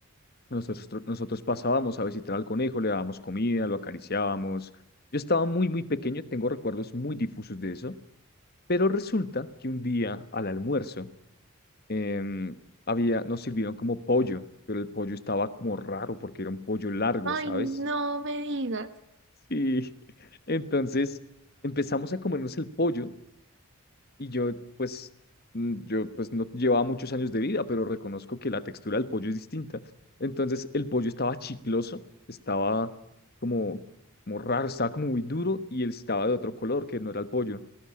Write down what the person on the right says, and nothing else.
Ay,
no me digas.